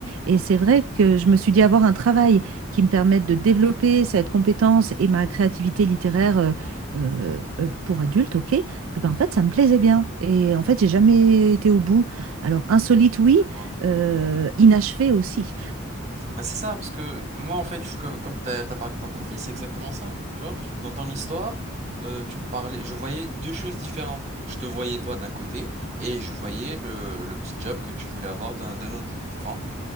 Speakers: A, on the right (about 70°); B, on the right (about 30°).
A: Et c'est vrai que je me suis dit avoir un travail qui me permette de développer cette compétence et ma créativité littéraire euh,
B: Mhm.
A: euh, euh, pour adulte, ok, et ben en fait, ça me plaisait bien. Et en fait, j'ai jamais été au bout. Alors, insolite, oui,
B: je vois.
A: euh,
B: Mm.
A: inachevé aussi.
B: Bah, c'est ça, parce que moi, en fait, je, que- comme t'as, t'as parlé de ton profil, c'est exactement ça. Tu vois, dans ton histoire, euh, tu me parlais, je voyais deux choses différentes. Je te voyais toi d'un côté et je voyais le, le petit job que tu voulais avoir d'un d'un autre, tu vois.